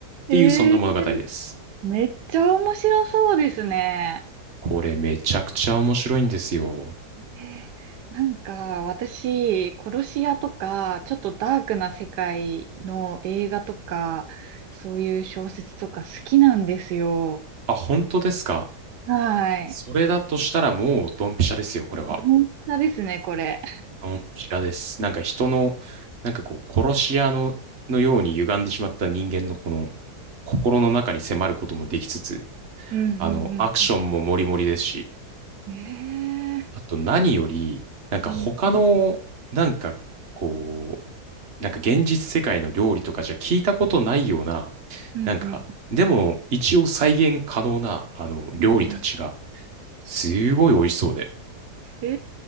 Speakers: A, on the right (about 45°); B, on the right (about 80°).
A: ていう、
B: んえー、
A: そんな物語です。
B: めっちゃ面白そうですね。
A: これめちゃくちゃ面白いんですよ。
B: えーなんか私、殺し屋とか、ちょっとダークな世界の映画とか、そういう小説とか好きなんですよ。
A: あ、本当ですか
B: はい。
A: それだとしたらもうドンピシャですよ、これは。
B: どんなですね、これ。
A: ドンピシャです。なんか人の、なんかこう、殺し屋の、のように歪んでしまった人間のこの心の中に迫ることもできつつ、
B: うんうんうんう
A: あの、アクションもモリモリですし、
B: ん。ええ
A: あと何より、なんか他の、
B: ーうんうん
A: なんかこう、なんか現実世界の料理とかじゃ聞いたことないような、
B: うんうん
A: なんか、でも一応再現可能なあの料理たちが
B: うんうん。
A: すごい美味しそうで、
B: え